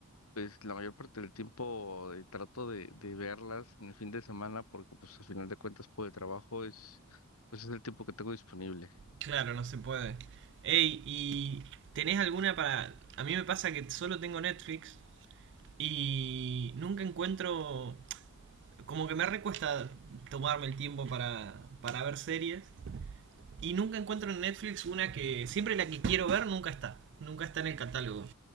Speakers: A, on the left; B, on the right.
A: pues la mayor parte del tiempo eh, trato de, de verlas en el fin de semana porque pues al final de cuentas por el trabajo es pues es el tiempo que tengo disponible.
B: Claro, no se puede. Ey, ¿y tenés alguna para...? A mí me pasa que solo tengo Netflix y nunca encuentro Como que me recuesta tomarme el tiempo para, para ver series. Y nunca encuentro en Netflix una que. Siempre la que quiero ver nunca está. Nunca está en el catálogo.